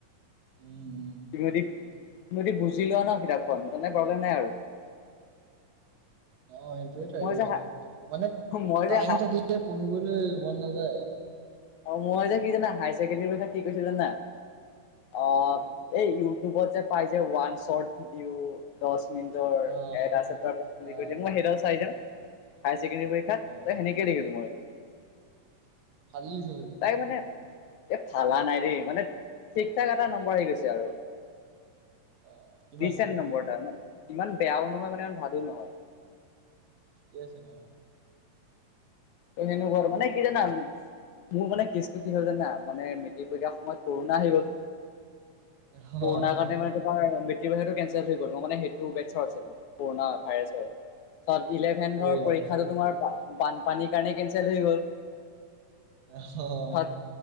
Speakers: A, on the right; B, on the left.
A: উম-উম। <inaudible>
B: তুমি যদি <inaudible> তুমি যদি বুজি লোৱা ন কিতাপখন তাৰমানে প্ৰব্লেম নাই আৰু। <unintelligible>
A: অঁ! সেইটোৱেই ট্ৰাই
B: মই
A: কৰিছোঁ।
B: যে
A: মানে
B: মই যে
A: টাইম থাকিলে পঢ়িবলৈ মন নাযায়। <unintelligible>
B: অঁ! মই যে কি জানা হায়াৰ ছেকেণ্ডাৰী পিছত কি কৰিছোঁ জানা? অঁ
A: কি
B: <unintelligible> এই ইউটিউবত যে পাই যে ওৱান শ্বৰ্ট ভিডিঅ' <unintelligible> দহ মিনিটৰ
A: আহ
B: এট আছে <unintelligible> বুলি
A: আহ
B: কৈ দিয়ে। মই সেইটো চাই যাওঁ হাইছেকেণ্ডাৰী পৰীক্ষা <unintelligible> পৰীক্ষাত
A: আহ
B: ত সেনেকেই লিখিলোঁ মই। <unintelligible>
A: ফালিলি <unintelligible> তই <unintelligible>
B: তাই মানে এ ফালা নাই ৰেই মানে ঠিক ঠাক এটা নম্বৰ আহি গৈছে। আৰু
A: <inaudible> কিমান
B: দিচেণ্ট নম্বৰটা মানে ইমান বেয়াও নহয় মানে ইমান ভালো নহয়।
A: ঠিকে আছে ন
B: ত হেনুকৰৰ্ম মানে কি ৰানা। মোৰ মানে কেছটো কি হ'ল জানা মানে মেটিক পৰিক্ষাৰ সময়ত কৰোণা আহি গ'ল।
A: অ
B: কৰোণাৰ
A: অ
B: কাৰণে মানে তোৰ মেট্ৰিক পৰীক্ষাটো কেনচেল হৈ গ'ল ন মানে সেইটো। টো বেটচৰ আছিলো পোৰানা পোৰনা ভাইৰাৰ্ষ্ট হয়। চব ইলেভেট
A: বঢ়িয়া।
B: পৰীক্ষা যে তোমাৰ বান পানীৰ কাৰণে কেনঞ্চেল হৈ গ'ল।
A: অ
B: তাত